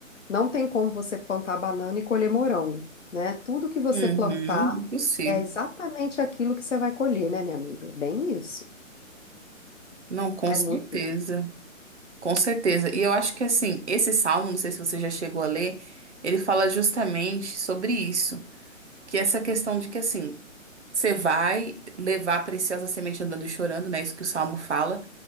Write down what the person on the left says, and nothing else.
Não tem como você plantar banana e colher morango, né? Tudo que você
plantar
É exatamente aquilo que você vai colher, né, minha amiga? Bem isso.
É
muito isso.